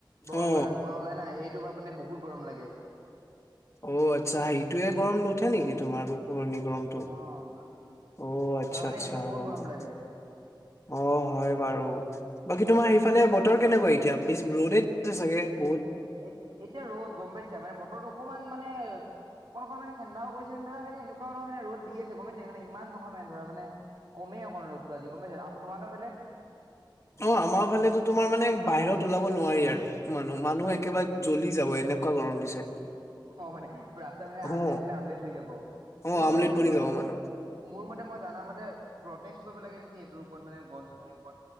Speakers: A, on the right (about 60°); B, on the left (about 35°).
A: ভগা
B: অ
A: ভগা ধোঁৱা ওলাই নাই সেই টো পা মানে বহুত গৰম লাগে।
B: অ আত্চ্ছা হেটোয়ে গৰম নুঠে নেকি তোমাৰ গোপপুৰি গমটো
A: অ'
B: অ আত্চ্ছা
A: ধৰা মানে
B: আত্চ্ছা
A: সেইটোত বহুত
B: গম
A: গৰম
B: পায়।
A: লাগে।
B: অ হয় বাৰু বাকী তোমাৰ সেই ফালে বতৰ কেনেকুৱা এতিয়া ৰ'দেই আছে চাগে বহুত
A: এ এতিয়া ৰ'দ গম পাইছা মানে বতৰতো অকমান মানে অকণকণ মান ঠাণ্ডাও কৰিছে ম ধৰা মানে এনেকুৱা নহ মানে ৰ'দ দি আছে গমছে মানে ইমান নহয় মানে ধৰা মানে কমেই অকণ ৰ'দটো আজি গম পাইছ। আপ তোমালোকৰ ফালে?
B: অ আমাৰ ফালেটো তোমাৰ মানে বাহিৰত ওলাব নোৱাৰি আৰু মানুহ মানুহ একেবাৰে জ্বলি যাব এন- এনেকুৱা গৰম দিছে।
A: অ মানে ৰাস্তাত মানে
B: অ
A: আমলেট দিলে আমলেট হৈ যাব।
B: অ
A: মোৰ
B: আমলেট
A: মতে কিন্তু।
B: বনি যাব মানুহ
A: মোৰ মতে মই জানা মতে প্ৰতেছ কৰিব লাগে নেকি এইটোৰ ওপৰত মানে গছ গছনিৰ ওপৰত